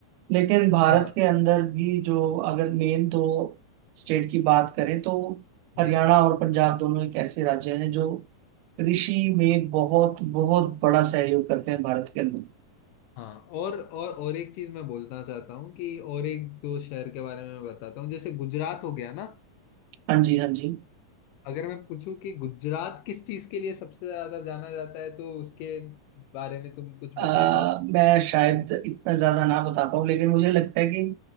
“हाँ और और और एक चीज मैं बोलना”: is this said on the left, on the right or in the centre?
Left